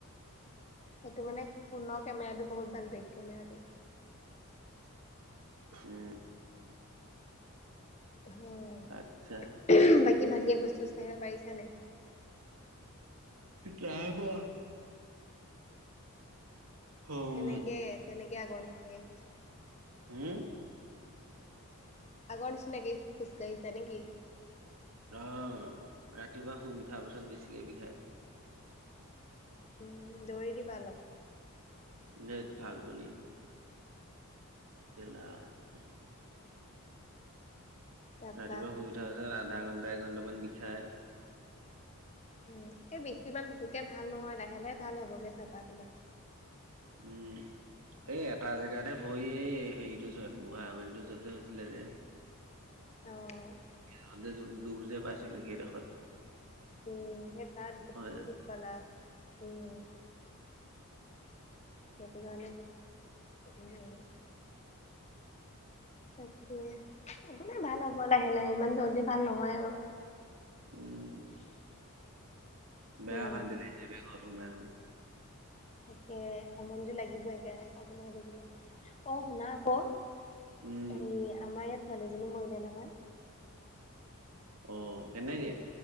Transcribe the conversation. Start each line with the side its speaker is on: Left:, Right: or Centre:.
Left: সেইটো মানে ফোনত কেমেৰাটো বহুত ভাল, বেক কেমেৰাটো।
Right: উম।
Left: অ'
Right: আচ্ছা
Left: বাকী ভালকে সোজোজ কঢ়িব পাৰিছা নাই।
Right: নাই পোৱা। হম
Left: কেনেকে তেনেকে আগৰ নিচিনাকে
Right: হম
Left: আগৰ নিচিনাকি খোজকাঢ়িছা নেকি?
Right: আহ ৰাতিপুৱা শুই উঠাৰ পাছত বেছিকে বিষায়।
Left: উম, দৌৰি দিবা অলপ
Right: দেট ভাল তুনি <unintelligible>
Left: তাৰপা
Right: ৰাতিপুৱা শুই উঠাৰ পাছত আধা ঘণ্টা এঘন্টামান বিষাই।
Left: উম এই বিষটো ইমান পোটোকে ভাল নহয় লাহে লাহে ভাল হ'ব গে চাবা তোমাৰ।
Right: উম। এই এটা জেগাতহে ভৰি এই হেৰিটোৰ ওচৰত বুঢ়া আঙুলিতো ওচৰত হৈছিলে যে
Left: অ'
Right: সঁতে দুখ যে পাইছিলো সেইডোখত
Left: উম, সেই তাত বেছি
Right: জানো
Left: দোষ পালা, উম। সেইটো কাৰণে উম। তাকে কোনে ভাল হ'ব লাহে লাহে ইমান জল্দি ভাল নহয় আৰু
Right: উম বেয়া
Left: উম,
Right: অশান্তি দেছে বে ঘৰত সোমাই সোমাই
Left: তাকে আমনিটো লাগিব, একেক ৰাহে ঘৰত সোমাই থাকিলে, অ শুনা আকৌ হে
Right: উম
Left: আমাৰ ইয়াত ছোৱালী এজনী মৰিলে নহয়।
Right: অ' কেনেকে